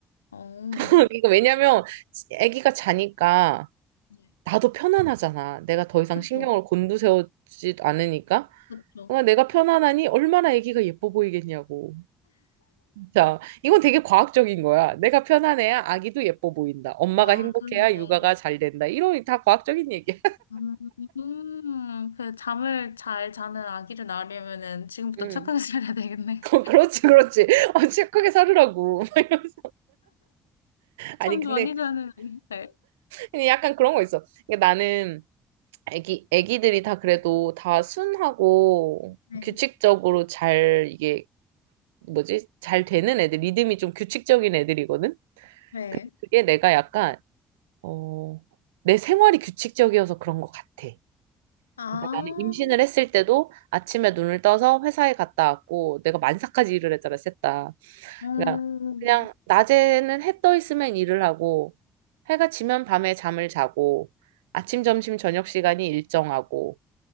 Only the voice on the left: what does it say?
어,
네.
그쵸,
그쵸.
아,
그런데.
음, 그 잠을 잘 자는 아기를 낳으려면은 지금부터
착하게 살아야 되겠네.
<laughs>
잠도
많이 자는 아기. 네.
네.
네.
아,
음,